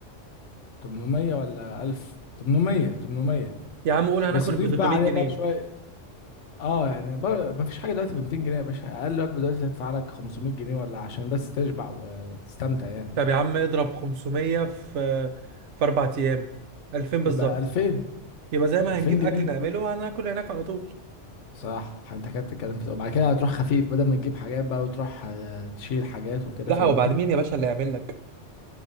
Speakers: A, on the left; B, on the right.
A: 800 ولا 1000 800 800
B: يا عم قول هناكل
A: بس ضيف
B: ب 300
A: بقى عليه
B: جنيه
A: بقى شويه اه يعني ب- مفيش حاجه دلوقتي ب 200 جنيه يا باشا اقل وجبه دلوقتي تدفع لك 500 جنيه ولا عشان بس تشبع وتستمتع يعني
B: طب يا عم اضرب 500 في في 4 ايام 2000 بالظبط
A: يبقى 2000
B: يبقى زي ما
A: 2000
B: هنجيب
A: جنيه
B: اكل نعمله هناكل هناك على طول
A: صح انت كده بتتكلم في وبعد كده هتروح خفيف بدل ما تجيب حاجات بقى وتروح آه، تشيل حاجات وكده
B: لا
A: فاهمني
B: وبعد مين يا باشا اللي يعمل لك